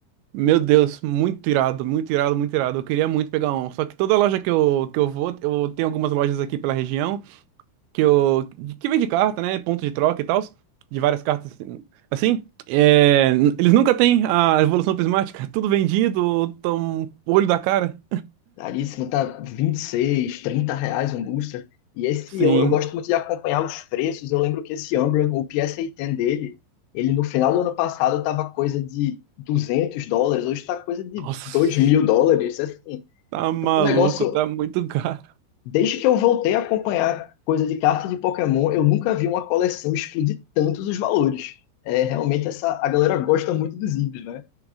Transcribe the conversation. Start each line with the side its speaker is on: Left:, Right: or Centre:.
Right: Meu Deus, muito irado, muito irado, muito irado. Eu queria muito pegar um. Só que toda loja que eu, que eu vou, eu tenho algumas lojas aqui pela região. que eu que vende carta, né? Ponto de troca e tal, de várias cartas assim. é, n- eles nunca têm a evolução prismática, <laughs> tudo vendido, tão olho da cara.
Left: Caríssimo, tá 26, 30 reais um booster. E esse
Right: Sim.
Left: eu, eu gosto muito de acompanhar os preços. Eu lembro que esse Umbra, o PSA-10 dele, ele no final do ano passado tava coisa de 200 dólares, hoje tá coisa de
Right: Nossa,
Left: dois mil dólares. Assim,
Right: tá maluco,
Left: um negócio,
Right: tá muito <laughs> caro.
Left: desde que eu voltei a acompanhar coisa de carta de Pokémon, eu nunca vi uma coleção explodir tantos os valores. É, realmente essa, a galera gosta muito dos IBs, né?